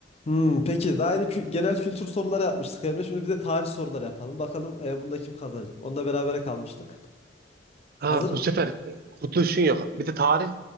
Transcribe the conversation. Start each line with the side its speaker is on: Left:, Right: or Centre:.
Left: Hmm, peki daha yeni kü- genel kültür soruları yapmıştık Emre. Şimdi bir de tarih soruları yapalım. Bakalım e, bunda kim kazanacak? Onu berabere kalmıştık. Hazır.
Right: Ha, bu sefer kurtuluşun yok. Bir de tarih